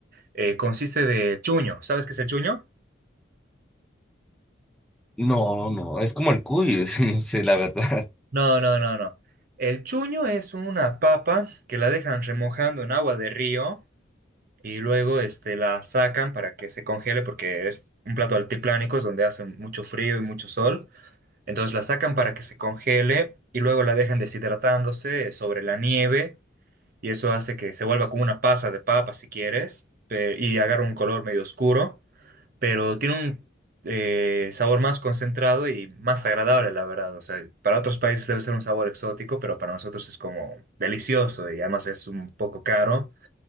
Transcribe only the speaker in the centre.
No, no, es como el cuy, <laughs> no sé, la verdad.